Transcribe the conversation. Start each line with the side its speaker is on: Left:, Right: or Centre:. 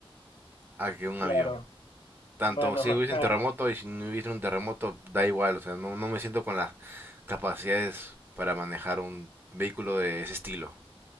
Right: a que un
Left: claro.
Right: avión. Tanto
Left: Bueno,
Right: si
Left: <laughs> bueno,
Right: hubiese un terremoto
Left: eh,
Right: y si no hubiese un terremoto, da igual, o sea, no, no me siento con las capacidades para manejar un vehículo de ese estilo,